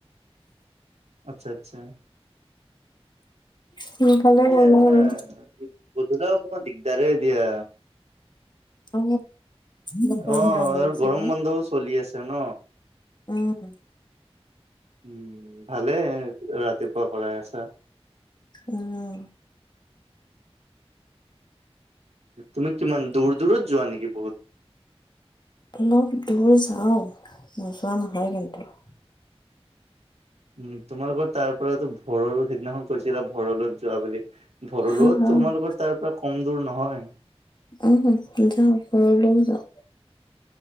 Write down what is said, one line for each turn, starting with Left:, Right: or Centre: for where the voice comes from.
Right: আচ্ছা। আচ্ছা।
Left: সোনকালে
Right: এই
Left: গ'লা
Right: মানে
Left: আৰু
Right: দিক গধূলা অকণমান দিগদাৰে দিয়া।
Left: অ বতৰ
Right: অহ।
Left: বেয়া হৈ
Right: আৰু
Left: আছে
Right: গৰম
Left: যে
Right: বন্ধও চলি আছে ন।
Left: উম।
Right: উম ভালে। ৰাতিপুৱা কৰাই আছা।
Left: উম।
Right: তুমি কিমান দূৰ -দূৰত যোৱা নেকি বহুত?
Left: অলপ দূৰ যাওঁ। নোযোৱা নহয় কিন্তু!
Right: উম। তোমালোকৰ তাৰ পৰাতো ভৰলু সিদিনাখন কৈছ -ছিলা ভৰলুত যোৱা বুলি। ভৰলুও
Left: অ', অ',
Right: তোমালোকৰ তাৰ পৰা কম দূৰ নহয়।
Left: উম যাওঁ। ভৰলুও যাওঁ।